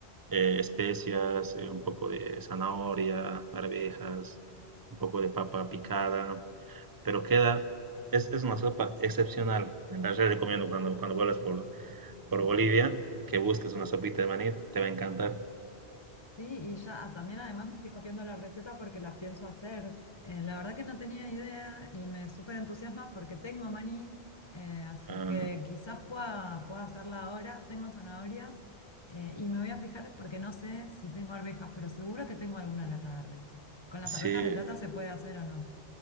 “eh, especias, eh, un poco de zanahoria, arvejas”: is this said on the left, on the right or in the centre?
Right